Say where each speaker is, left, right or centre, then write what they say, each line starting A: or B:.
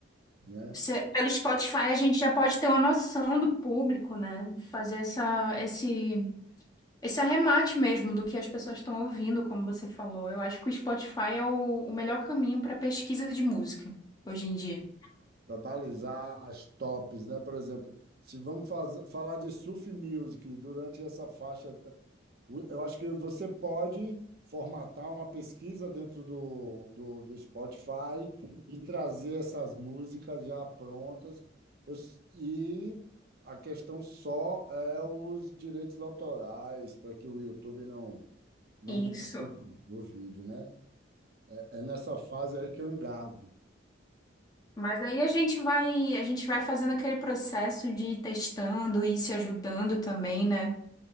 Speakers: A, on the right; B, on the left.
A: né?
B: Cê- pelo Spotify a gente já pode ter uma noção do público, né? Fazer essa, esse, esse arremate mesmo do que as pessoas estão ouvindo, como você falou. Eu acho que o Spotify é o, o melhor caminho para pesquisa de música hoje em dia.
A: para balizar as tops, né? Por exemplo, se vamos faz- falar de surf music durante essa faixa, ta- o- eu acho que você pode formatar uma pesquisa dentro do, do, do Spotify e trazer essas músicas já prontas. Eu s- e a questão só é os direitos autorais, para que o YouTube não, não
B: Isso.
A: derrube o vídeo, né? É é nessa fase aí que eu engasgo.
B: Mas aí a gente vai, a gente vai fazendo aquele processo de ir testando e se ajudando também, né?